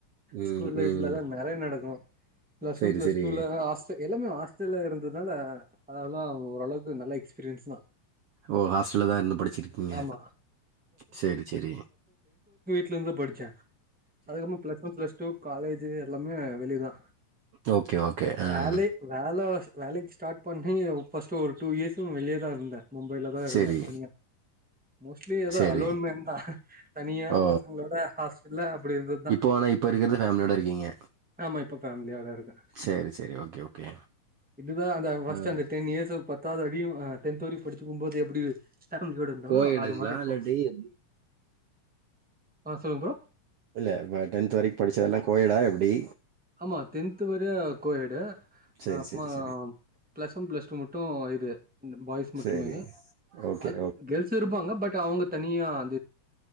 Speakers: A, on the right; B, in the centre.
A: ம்
B: ஸ்கூல் லைஃப்லல்லா
A: ம்
B: நெறைய நடக்கு பிளஸ்
A: சேரி
B: ஒன் பிளஸ்
A: சேரி
B: டூல ஹாஸ்ட எல்லாமே ஹாஸ்டல்ல இருந்ததால அதெல்லா ஓரளவுக்கு நல்ல எக்ஸ்பீரியன்ஸ் தா
A: ஓ ஹாஸ்டல்லதா இருந்து படிச்சிருக்கீங்க
B: ஆமா
A: சேரி செரி
B: ட்லெந்து படிச்சே அதுக்கப்றமா plus one plus two college எல்லாமே வெளியதா
A: ஓகே, ஓகே. அம்.
B: வேலெ வேல வேலைக்கு ஸ்டார்ட் பண்ணி ஃபஸ்ட் ஒரு டூ இயர்ஸு வெளிய தா இருந்தே மும்பைல தா இருந்தே
A: சரி,
B: தனியா மோஸ்ட்லி எதோ
A: சரி.
B: அலோன்மேன் தா தனியா
A: ஓ!
B: பசங்ளோட ஹாஸ் டல்ல இப்டி இருந்ததா
A: இப்போ ஆனா இப்ப இருக்கிறது ஃபேமிலியோட இருக்கீங்க.
B: ஆமா இப்ப ஃபேமிலியோட இருக்கே
A: சரி, சரி. Okay, okay.
B: இப்டிதா அந்த ஃபஸ்ட்டு
A: ம்.
B: அந்த டென் இயர்ஸு பத்தாவுது அடியு அ டென்த்து வரயு படுச்சுக்கும்போது எப்டி ஃபேமிலியோடு இருந்தோ
A: கோஎடுங்களா?
B: அது மாரி இப்போ
A: இல்லாட்டி எப்டி?
B: ஆ சொல்லுங் ப்ரோ
A: இல்ல இப டென்த்து வரைக் படுச்சதெல்லா கோயடா எப்டி
B: ஆமா டென்த்து வரய கோயடு
A: சரி,
B: அப்மா
A: சரி, சரி.
B: பிளஸ் ஒன் பிளஸ் டூ மட்டு இது இல்ல பாய்ஸ் மட்டுமே
A: சரி. ஓகே,
B: அ கேர்ள்ஸு இருப்பாங்க பட் அவுங்க தனியா அ